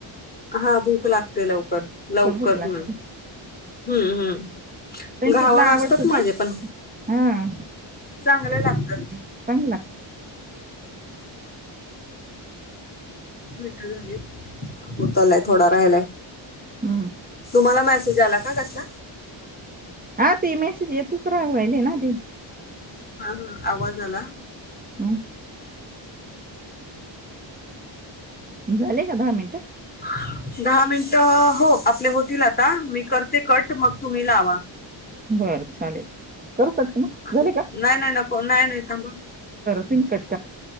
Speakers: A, on the left (about 20°); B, on the right (about 20°).
A: हा भूक लागते लवकर लवकर
B: भूक लागते
A: हम्म हम्
B: संचितला
A: घावण असतच
B: आवडतं ती
A: माझे पण
B: हा
A: चांगले लाग <inaudible>
B: चांगलं लागतं
A: ह झा होतला <unintelligible> थोडा राहिलाय
B: हम्
A: तुम्हाला मेसेज आला का कसला
B: हा ते मेसेज येतच राहावाय कले ना अ ते <unintelligible>
A: हा हा आवाज आला
B: हम् झाले का दहा मिनिटं
A: ह दहा मिनट हो आपले होतील आता मी करते कट मग तुम्ही लावा
B: बर चालेल करू कट मग
A: अ
B: झाले का
A: नाही नाही नको नाही नाही थांबा.
B: त <unintelligible>